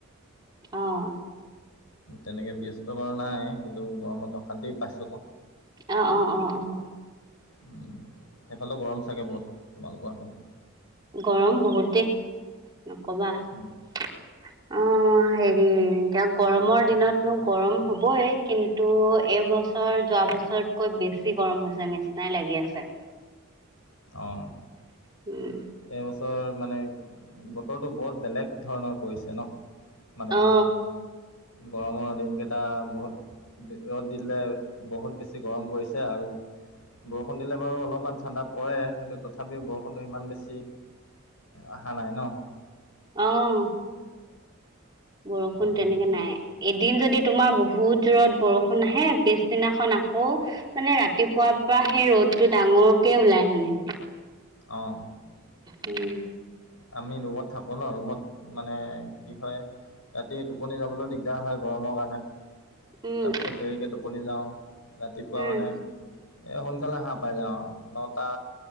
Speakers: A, on the right (about 20°); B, on the left (about 85°).
A: অ'
B: তেনেকে ব্যস্ত বাৰু নাই কিন্তু গৰমত অশান্তি পাইছো আকৌ
A: অ -অ -অ -অ
B: উম, সেইফালে গৰম চাগে বহুত তোমালোকৰ সেইফালে।
A: গৰম বহুত দ নকবা। অ'
B: উম,
A: হেৰি এতিয়া গৰমৰ দিনতনো গৰম হ'বই কিন্তু এইবস্ত বছৰ যোৱা বছৰতকৈ বেছি গৰম হৈছে নিচিনাই লাগি আছে।
B: অ'
A: উম
B: এই বস্থা বৰ মানে বতৰটো বৰ বেলেগ ধৰণৰ পৰিছে ন' মানে
A: অ
B: গৰমৰ দিনকেইটা বহুত। ৰ'দ দিলে বহুত বেছি গৰম পৰিছে আৰু বৰষুণ দিলে বাৰু অলপমান ঠাণ্ডা। কৰে কিন্তু তথাপিও বৰষুণটো সিমান বেছি অহা নাই ন'
A: অহ বৰষুণ
B: উম,
A: তেনেকে নাই। এদিন যদি তোমাৰ বহুত জোৰত বৰষুণ আহে পিছদিনাখন আকৌ মানে ৰাতিপুৱা। তাৰ পৰা সেই ৰ'দ টো ডাঙৰকে ওলাই মানে।
B: অ'
A: উম
B: আমি ৰুমত থাকো ন ৰুমত মানে কি হয়। ৰাতি টোপনি যাবলৈও দিগদাৰ হয় গৰমৰ কাৰণে
A: উম
B: তাৰপিছত দেৰিকে টোপনি যাওঁ ৰাতিপুৱা
A: উম
B: মানে এ সোনকালে হাঁহ পাই যাওঁ আৰু নটা